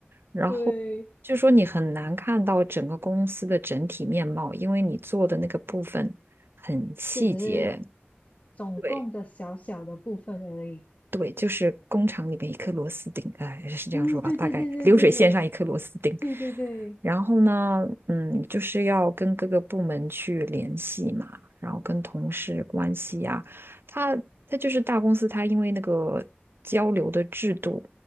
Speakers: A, on the right; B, on the left.
A: 然后就说你很难看到整个公司的整体面貌，
B: <laughs> 对。
A: 因为你做的那个部分很细节。
B: 就只是总共的小小的部分而已。
A: 对。对，就是工厂里面一颗螺丝钉，哎，是这样说吧，
B: 嗯，对对对对对
A: 大概流水线上一颗螺丝钉。
B: 对对对，
A: 然后呢，嗯，就是要跟各个部门去联系嘛，然后跟同事关系呀、他他就是大公司，他因为那个交流的制度